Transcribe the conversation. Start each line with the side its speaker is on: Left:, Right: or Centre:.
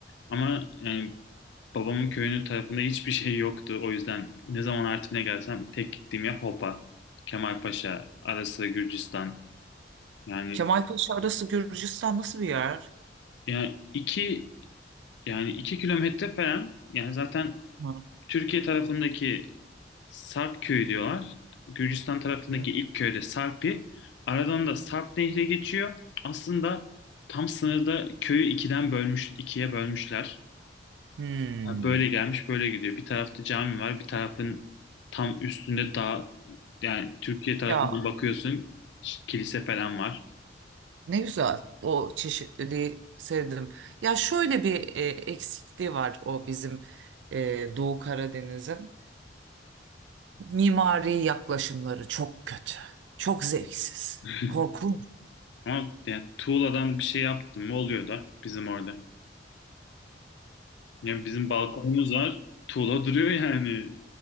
Left: Ama yani babamın köyünün tarafında hiçbir şey yoktu. O yüzden ne zaman Artvin'e gelsem tek gittiğim yer Hopa, Kemalpaşa, ara sıra Gürcistan. Yani,
Right: Kemalpaşa arası Gürcistan nasıl bir yer?
Left: yani iki yani iki kilometre falan yani zaten
Right: Hı.
Left: Türkiye tarafındaki Sarp köyü diyorlar. Gürcistan tarafındaki
Right: Hı.
Left: ilk köyde Sarpi. Aradan da Sarp Nehri geçiyor. Aslında tam sınırda köyü ikiden bölmüş, ikiye bölmüşler.
Right: Hmm.
Left: Yani böyle gelmiş, böyle gidiyor. Bir tarafta cami var, bir tarafın tam üstünde dağ. Yani Türkiye tarafından
Right: Ya
Left: bakıyorsun, kilise falan var.
Right: ne güzel. O çeşitliliği sevdim. Ya şöyle bir e, eksikliği var o bizim e, Doğu Karadeniz'in. Mimari yaklaşımları çok kötü. Çok zevksiz.
Left: <laughs>
Right: Korkunç.
Left: Ama yani tuğladan bir şey yaptım mı oluyor da bizim orada. Yani bizim balkonumuz var. Tuğla duruyor yani.